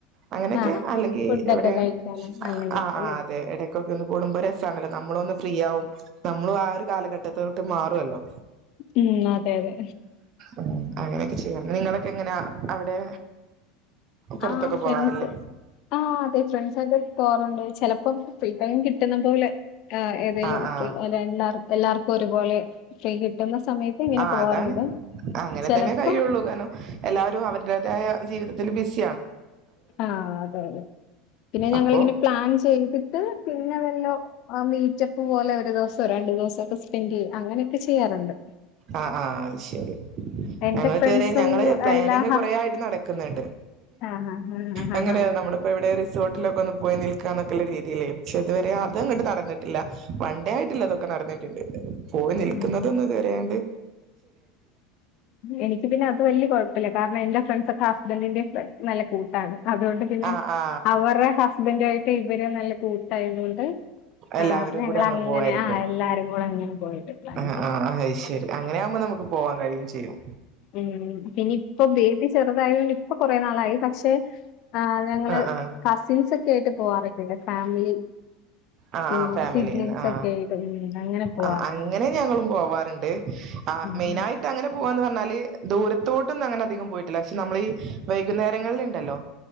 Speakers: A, on the right; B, on the left.
A: അങ്ങനെയൊക്കെ
B: ആഹ് ആഹ്
A: അല്ലെങ്കിൽ
B: ഫുഡൊക്കെ
A: എവിടെ
B: കഴിക്കാനും അങ്ങനെയൊക്കെ
A: ആ ആ്
B: അല്ലേ
A: അതെ ഇടക്ക കൂടുമ്പോ രസല്ലോ നമ്മളൊന്ന് ഫ്രീ ആവും നമ്മളും ആ ഒരു കാലഘട്ടോട്ട് മാറും അതല്ലോ
B: ഉം അതെ അതെ
A: ആ അങ്ങനെയൊക്കെ ചെയ്യാറ നിങ്ങളൊക്കെ എങ്ങനാ അവിടെ പുറത്തൊക്കെ
B: ആ ഫ്രണ്ട്സ്
A: പോവാറില്ലേ
B: ആ അതെ ഫ്രണ്ട്സ്യിട്ട് പോറുണ്ട് ചിലപ്പോ ഫീം കിട്ടുന്ന പോലെ ആ ഏതെലും
A: ആഹ് ആഹ്
B: ഫ്രീ അ എല്ലാ എല്ലാർക്കും ഒരുപോലെ ഫ്രീ കിട്ടുന്ന സമയത്ത് ഇങ്ങനെ
A: ആ
B: പോവാാറുണ്ട്
A: അതാണ് അങ്ങനെ
B: ചെിലപ്പോ
A: തന്നെ കഴിയുള്ളൂ കാരണം എല്ലാവരും ജീവിതത്തിൽ ബിസി
B: ആഹ അതെതെ പിന്നെ ഞങ്ങിങ്ങനെ
A: അപ്പോ
B: പ്ലാൻ ചെയ്തിട്ട് പിന്നെ വല്ലോ മീ ഉച്ചപ്പ് പോലെ ഒരു ദിവസം രണ്ടു ദിവസമൊക്കെ പിങ്കെ അങ്ങനെയൊക്കെ ചെയ്യാറുണ്ട്
A: ആഹ് ആഹ അത് ശരി
B: എന്റെ
A: ഞങ്ങ
B: ഫ്രണ്ട്സും
A: ഇതുവരെ ഞങ്ങള് പ്ലാനിങ്
B: എല്ലാ ഹസ്
A: കൊറ ആായിട്ട് നടക്കുന്നണ്ട്
B: ആഹ് ആഹ് ആഹ്
A: അങ്ങനെ
B: ആഹ് ആഹ്
A: നമ്മളിപ്പോ ഇവിടെ റിസോർട്ടിലൊക്കെ ഒന്ന് പോയി നിൽ ന്നൊക്കെയുള്ള രീതില്ലേ പക്ഷെ ഇതുവരെ അത അങ്ങട്ട് നടന്നിട്ടില്ല വൺണ്ടേ ആയിട്ടില്ല അതൊക്കെ നടന്നിട്ടുണ്ട് പോയി നിൽക്കുന്നതൊന്ന
B: ഉം
A: ഇത് വരണ്ട്
B: എനിക്ക് പിന്നെ അത് വല്യ കൊഴുപ്പില്ല കാരണം എന്റെ ഫ്രെണ്ട്സൊക്കെ ഹസ്ബൻഡിൻ്റെയും നല്ല കൂട്ടാണ് അതുകൊണ്ട് പിന്നെ
A: ആ ആ
B: അവർടെ ഹസ്ബൻഡ് ആയി ട്ട് ഇവര് നല്ല കൂട്ടായതുകൊണ്ട്
A: എല്ലാവരും
B: ആഹ് ഞങ്ങളങ്ങനെ
A: കൂടി അങ്ങ് പോവായിരിക്കും
B: ആഹ് എല്ലാരും കൂടെ അങ്ങനെ പോയിട്ട് പ്ലാൻ
A: ആ
B: ചെയ്യാറുണ്ട്
A: ആഹ് അത് ശരി അങ്ങനെയാവുമ്പോ നമുക്ക് പോവാൻ കഴിയേം ചെയ്യും
B: ഉം പിന്നെ ഇപ്പൊ ബേബി ചെറുതായതുകൊണ്ട് ഇപ്പ കൊറെ നാളായി പക്ഷെ ആ ഞങ്ങള്
A: ആഹ് ആഹ്
B: കസിൻസ് സായിട്ട് പോവാറൊക്കെയിണ്ട് ഫാമിലി
A: ആ
B: പിന്നെ
A: ആ ഫാമിലിന്ന്
B: സിബ്ലിങ്സ്
A: ആ
B: ഒക്കെ ആയിട്ട് ഉം അങ്ങനെ പോവാറൊക്കെയുണ്ട്
A: ആ അങ്ങനെ ഞങ്ങളും പോവാറുണ്ട് ആ
B: ഉം
A: മെയിൻ ആയിട്ട് അങ്ങനെ പോവാ ന്ന് പറഞ്ഞാല് ദൂരത്തോട്ടൊന്നും അങ്ങനെ അധികം പോയിട്ടില്ല പക്ഷെ നമ്മള് ഈ വൈകുന്നേര ങ്ങളിൽ ഇണ്ടല്ലോ